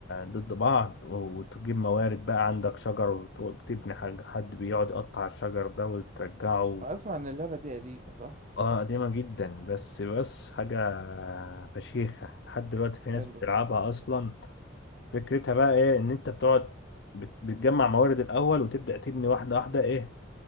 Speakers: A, on the left; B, on the right.
A: ضد بعض و- وتجيب موارد بقى عندك شجر وت- وتبني حاجة حد بيقعد يقطع الشجر ده وترجعه
B: اسمع ان اللعبة دي قديمة صح
A: اه قديمة جدا بس بس حاجة فشيخة لحد دلوقتي في ناس
B: حلو
A: بتلعبها
B: ده
A: اصلا فكرتها بقى ايه ان انت بتقعد بت- بتجمع موارد الاول وتبدأ تبني واحدة واحدة ايه